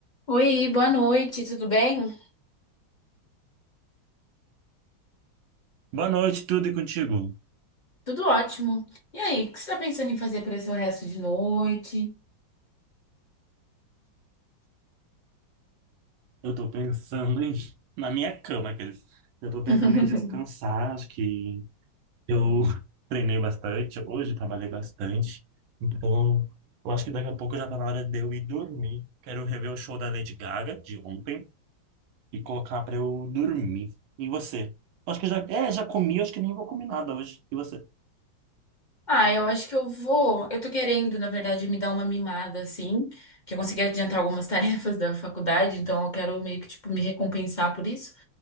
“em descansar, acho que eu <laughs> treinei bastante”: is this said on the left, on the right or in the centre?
Right